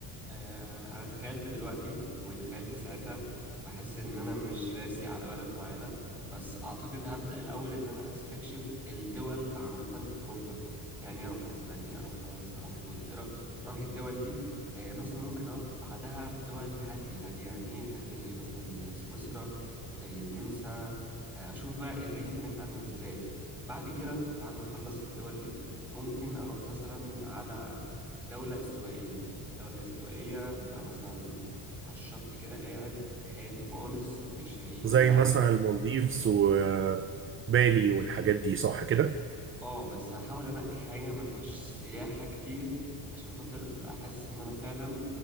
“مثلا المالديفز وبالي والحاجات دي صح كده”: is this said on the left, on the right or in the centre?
Right